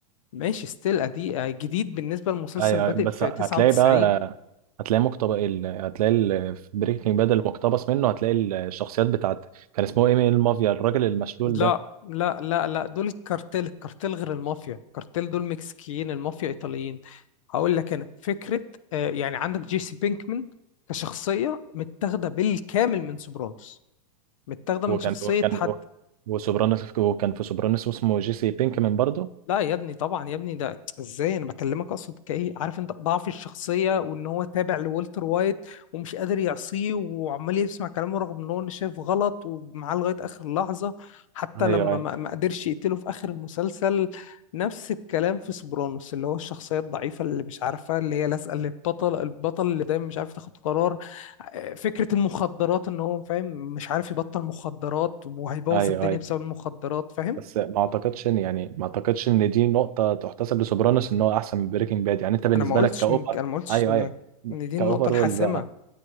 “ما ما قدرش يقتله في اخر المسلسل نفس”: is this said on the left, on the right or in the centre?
Left